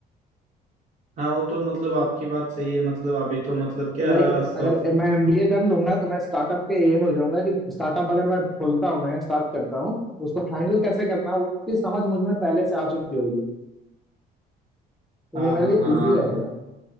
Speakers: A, on the right; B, in the centre.
A: हाँ वो तो मतलब आपकी बात सही है मतलब अभी तो मतलब क्या
B: तो लाइक
A: सब
B: अगर मैं एमबीए कर लूंगा तो मैं स्टार्टअप के ये हो जाऊंगा कि स्टार्टअप अगर मैं खोलता हूँ ना या स्टार्ट करता हूँ तो उसको हैंडल कैसे करना है उसकी समझ मुझ में पहले से आ चुकी होगी तो
A: हाँ
B: वो मेरे
A: हाँ
B: लिए
A: हाँ
B: इजी
A: हाँ
B: रहेगा